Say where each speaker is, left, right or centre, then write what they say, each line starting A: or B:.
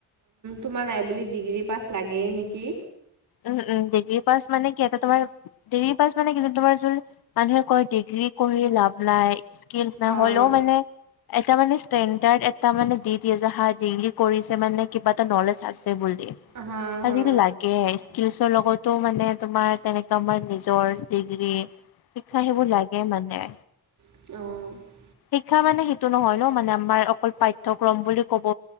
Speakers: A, on the right (about 50°); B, on the left (about 65°).
A: তোমাৰ নাই বুলি ডিগ্ৰী পাছ লাগেই নেকি?
B: উম, উম, ডিগ্ৰী পাছ মানে কি তোমাৰ। ডিগ্ৰী পাছ মানে কি তোমাৰ যোন মানুহে কয় ডিগ্ৰী কৰি লাভ নাই, স্কিল নাই
A: অঁ
B: হ'লো মানে। এটা মানে ষ্টেণ্ডাৰ্ড এটা মানে দি দিয়ে যে হা ডিগ্ৰী কৰিছে মানে কিবা এটা নলেজ আছে বুলি।
A: হা হা
B: আজিকালি লাগে স্কিলচৰ লগতো মানে তোমাৰ তেনেকা আমাৰ নিজৰ ডিগ্ৰী শিক্ষা সেইবোৰ লাগ গে মানে।
A: অ',
B: শিক্ষা মানে সেইটো নহয় ন' মানে আমাৰ অকল পাঠয়ক্ৰম বুলি ক'ব।